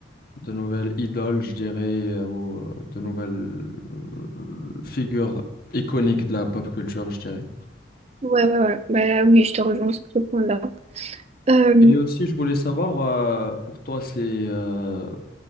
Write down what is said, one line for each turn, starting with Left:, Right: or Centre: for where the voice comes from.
Left: de nouvelles idoles, je dirais, euh, ou euh, de nouvelles euh, figures iconiques de la pop culture, je dirais.
Right: Ouais, ouais, ouais. Bah oui, je te rejoins sur ce point-là. Euh,
Left: Et aussi, je voulais savoir, euh, pour toi, c'est euh,